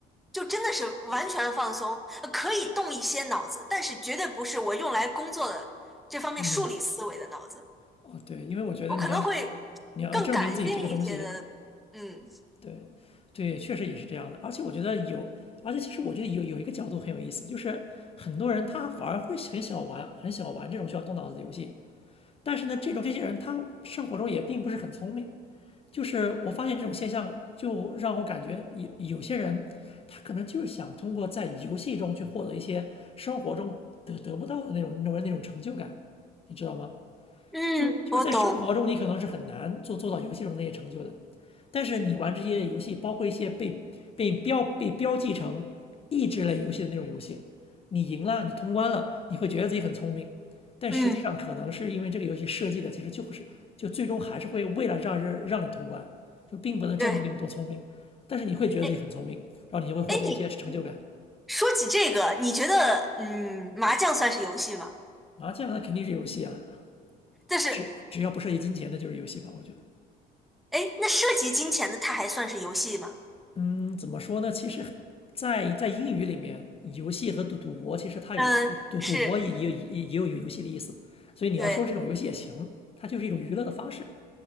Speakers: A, in the centre; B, on the left.
A: 就真的是完全放松，呃可以动一些脑子，但是绝对不是我用来工作的这方面数理思维的脑子，
B: 嗯，哦，对，因为我觉得你要
A: 我可能会更感性一些的。
B: 你要证明自己这个东西，
A: 嗯
B: 对，对，确实也是这样的。而且我觉得有，而且其实我觉得有有一个角度很有意思，就是很多人他反而会很想玩，很想玩这种需要动脑子的游戏。但是呢，这种这些人他生活中也并不是很聪明。就是我发现这种现象，就让我感觉有有些人他可能就是想通过在游戏中去获得一些生活中得得不到的那种那种那种成就感，你知道吗？
A: 嗯，
B: 就就是在生活中，
A: 我懂。
B: 你可能是很难做做到游戏中那些成就的，但是你玩这些游戏，包括一些被被标被标记成益智类游戏的那种游戏，你赢了，你通关了，你会觉得自己很聪明，但实际上可能是因为这个游戏设计的其实就是就最终还是会为了让人让你通关，
A: 嗯，
B: 就并不能证明你有多聪明，
A: 对。
B: 但是你会觉得自己很聪明，
A: 哎
B: 然后你就会获得一些成就感。
A: 哎，你你说起这个，你觉得嗯麻将算是游戏吗？
B: 麻将那肯定是游戏啊，
A: 但是
B: 只只要不涉及金钱的就是游戏吧，我觉得。
A: 哎，那涉及金钱的，它还算是游戏吗？
B: 嗯，怎么说呢？其实在在英语里面，游戏和赌赌博其实它有赌赌博也也也也有有游戏的意思，
A: 嗯，是，
B: 所以你要说这种游戏也行，
A: 对。
B: 它就是一种娱乐的方式，